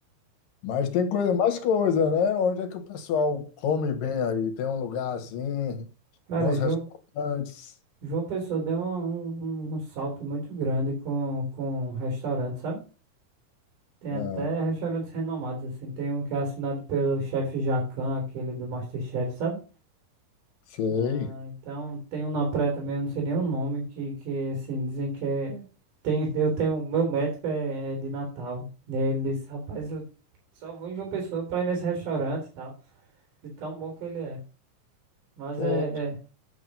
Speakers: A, on the left (about 80°); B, on the right (about 70°).
A: Mas tem coisa, mais coisa, né? Onde é que o pessoal come bem aí? Tem um lugar assim,
B: Cara,
A: bons
B: João
A: restaurantes.
B: João Pessoa deu uma- um, um- um salto muito grande com, com restaurante, sabe? Tem
A: É,
B: até restaurantes renomados, assim. Tem um que é assinado pelo chefe Jacan, aquele do MasterChef, sabe?
A: Sei.
B: Ah, então tem um na praia também, eu não sei nem o nome, que, que assim, dizem que é. Tem, eu tenho, meu médico é, é de Natal. E aí ele disse, rapaz, eu só vou em João Pessoa pra ir nesse restaurante e tal. De tão bom que ele é. Mas
A: Pô,
B: é. é-